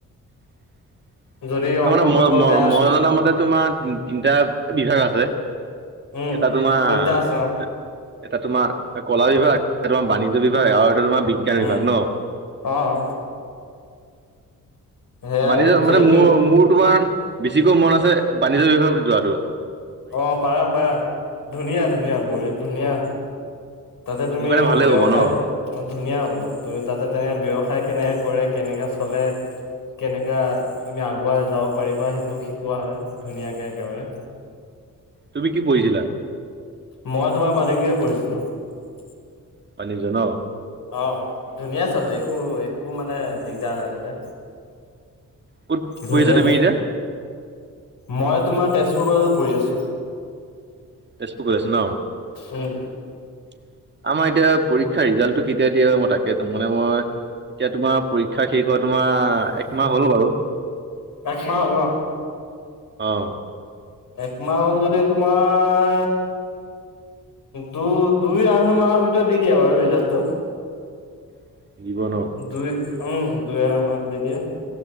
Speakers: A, on the right; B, on the left.
A: <unintelligible> <unintelligible>
B: যদি
A: তাৰ
B: অংক
A: মানে মই
B: কৰিব
A: ম
B: বেয়া
A: মই জনা মতে তোমাৰ তিনিটা বিভাগ আছে।
B: উম
A: এটা তোমাৰ
B: তিনিটা আছে অ
A: এটা তোমাৰ কলা বিভাগ এ তোমাৰ বাণিজ্য বিভাগ আৰু এটা তোমাৰ বিজ্ঞান
B: উম
A: বিভাগ ন।
B: অ। সেয়াই
A: বাণিজ্য
B: যদি
A: মানে মোৰ
B: তুমি
A: মোৰ তোমাৰ বেছিকৈ মন আছে বাণিজ্য বিষয়ে যোৱাাতটো।
B: অ', পাৰা, পাৰা, ধুনীয়া, ধুনীয়া বঢ়ীয়া ধুনীয়া। তাতে তুমি
A: কাৰণে ভালেই
B: ব্যসায়
A: হ'ব ন
B: ধুনীয়া হ'ব তুমি তাতে তেনেক ব্যৱসায় কেনেক কৰে কেনেকে চলে। কেনেকা তুমি আগুৱাই যাব পাৰিবা সেইটো শিকোৱা হয় ধুনীয়াকে একেবাৰে।
A: তুমি কি পঢ়ছিলা।
B: মই তোমাৰ <unintelligible>
A: পানীজন ন।
B: অ ধুনীয়া চাবজেক্ট একো একো মানে দিগদাৰ নাই তাতে।
A: ক'ত পঢ়িছা
B: ধুনীয়া
A: তুমি এতিয়া?
B: মই তোমাৰ তেজপুৰ কলেজত পঢ়ি আছো।
A: <unintelligible> আমাৰ এতিয়া
B: উম
A: পৰীক্ষা ৰিজাল্টটো কেতিয়া দিয়ে মই তাকে ত মানে মই এতিয়া তোমাৰ শিক্ষা শেষ হোৱা তোমাৰ একমাহ হ'ল বাৰু।
B: একমাহ হল।
A: আহ।
B: একমাহ হ'ল যদি তোমাৰ দুই দুই আঢ়ৈ মাহৰ ভিতৰত দি দিয়ে বাৰু ৰিজাল্টটো।
A: <unintelligible>
B: দুই উম দুই এাৰ ম দি দিয়ে